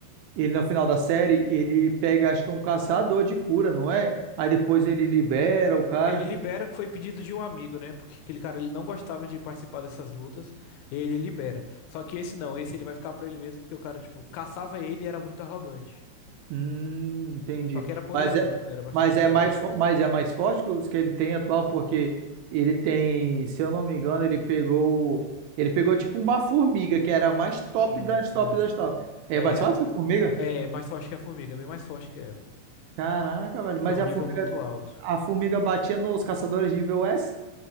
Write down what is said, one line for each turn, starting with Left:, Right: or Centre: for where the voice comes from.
Right: Ele, no final da série, ele pega, acho que é um caçador de cura, não é? Aí depois ele libera o cara.
Left: Ele libera que foi pedido de um amigo, né? Porque aquele cara ele não gostava de participar dessas lutas. E ele libera. Só que esse não, esse ele vai ficar pra ele mesmo porque o cara, tipo, caçava ele e era muito arrogante.
Right: Hum, entendi.
Left: Só que era poderoso,
Right: Mas é,
Left: era bastante
Right: mas é
Left: poderoso.
Right: mais, fo- mas é mais forte que os que ele tem atual, porque ele tem, se eu não me engano, ele pegou, ele pegou tipo uma formiga, que era a mais top
Left: Sim,
Right: das
Left: sim.
Right: top das top. É
Left: É,
Right: mais forte
Left: a-
Right: que a formiga?
Left: é mais forte que a formiga, bem mais forte que ela.
Right: Caraca, velho. Mas
Left: É um
Right: a
Left: nível
Right: formiga,
Left: muito alto.
Right: a formiga batia nos caçadores nível S?